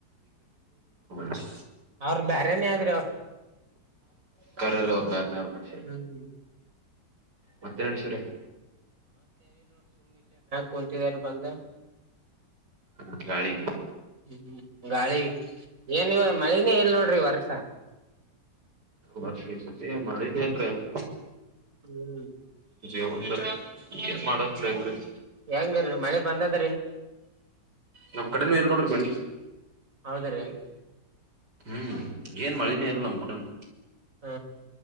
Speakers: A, on the right; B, on the right.
A: <unintelligible>
B: ಅವ್ರ ಬ್ಯರೆನೀ ಅಧ್ರಿ ಅವ್ರ
A: <unintelligible> ಕರರು ಒದಾಾರನ ಆರ ಮನುಷ್ಯ
B: ಹ್ಮ್
A: ಮತ್ತೆ ಮನುಷ್ಯರ
B: ಕುಂತಿದಾರಿ ಬಂದ
A: ಹ್ಮ ಗಾಳಿಗೆ
B: ಹ್ಮ್ ಗಾಳಿ ಏನವ ಮಳಿನೇ ಎಲ್ ನೋಡ್ರಿ ಈ ವರ್ಷ
A: ವರ್ಷ ಈ ಸತಿ ಮಳಿನೇ <unintelligible> ಏನ್ರೇ ನು
B: ಹ್ಮ್
A: <unintelligible> ಜೀವನ್ಂದ ಏನ್ <unintelligible> ಮಾಡಕ್ ಅಲ್ರರಿ
B: ಹೆಂಗರಿ ಮಳೆ ಬಂದದ್ರಿ
A: ನಮ್ ಕಡೆನು ಇಲ್ ನೋಡ್ರಿ ಮಳಿ
B: ಹೌದ್ರಿ
A: ಹ್ಮ್ ಏನ್ ಮಳನೇ ಇಲ್ಲ ನಮ ಕಡೆನು
B: ಹ್ಮ